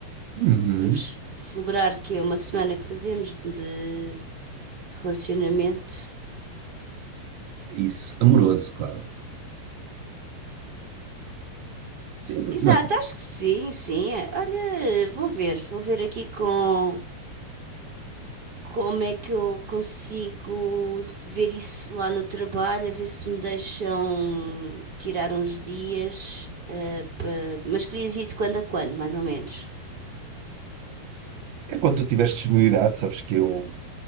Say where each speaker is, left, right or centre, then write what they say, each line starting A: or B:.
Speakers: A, on the right; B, on the right.
A: Uhum.
B: Vamos celebrar que é uma semana que fazemos de relacionamento.
A: Isso, amoroso, claro. Sim, porque
B: Exato,
A: não?
B: acho que sim, sim. Olha, vou ver, vou ver aqui com. como é que eu consigo ver isso lá no trabalho, a ver se me deixam tirar uns dias, eh, pa- mas querias ir de quando a quando, mais ou menos.
A: É quando tu tiveres disponibilidade, sabes que eu,